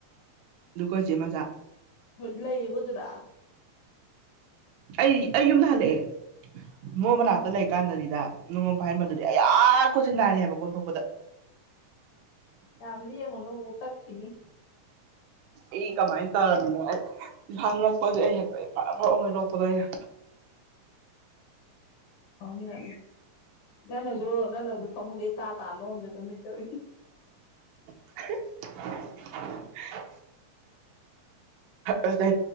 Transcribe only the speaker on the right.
ꯑꯗꯨ ꯈꯣꯏ ꯆꯦ ꯃꯆꯥ
ꯑꯩ ꯑꯩ ꯌꯨꯝꯗ ꯍꯜꯂꯛꯑꯦ ꯕꯣ
ꯃꯅꯥꯛꯇ ꯂꯩꯀꯥꯟꯗꯅꯤꯗ ꯅꯉꯣꯟ ꯄꯥꯏꯍꯟꯕꯗꯨꯗꯤ ꯑꯩꯑꯥꯥ ꯈꯨꯠꯁꯦ ꯅꯥꯔꯤ ꯍꯥꯏꯕ ꯀꯣꯟꯊꯣꯛꯄꯗ
ꯑꯩ ꯀꯃꯥꯏꯅ ꯇꯥꯔꯝꯃꯤꯅꯣ ꯑꯩ ꯏꯁꯥ ꯉꯛꯄꯁꯦ ꯑꯩ ꯍꯦꯛꯇ ꯐꯔ ꯐꯔ ꯑꯣꯟꯒꯩ ꯅꯣꯛꯄꯗꯣ ꯑꯩ
<unintelligible> ꯑꯁ